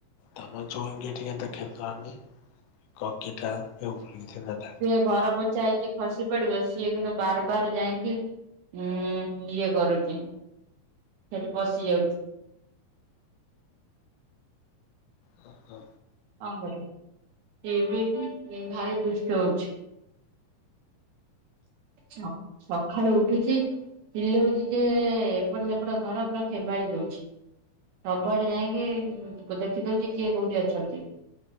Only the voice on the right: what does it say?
ସିଏ ଘର ପୋଛା ହେଇକି ଖସି ପଡିବ ସିଏ କିନ୍ତୁ ବାର ବାର ଯାଇକି ଉଁ- ଇଏ କରୁଛି। ସେଠି ବସି ଯାଉଛି।
କଣ କରିବୁ ଇଏ ବି ଭାରି ଦୁଷ୍ଟ ହଉଛି। ସକ-ସଖାଳୁ ଉଠୁଚି ଚିଲୋଉଚି ଯେ ଏପଟେ ସେପଟେ ଘର ପୁରା ଖେବାଳି ଦଉଛି। ସବୁଆଡେ ଯାଇଁକି ଲୋକଦେଖିଦଉଛି କିଏ କୋଉଠି ଅଛନ୍ତି।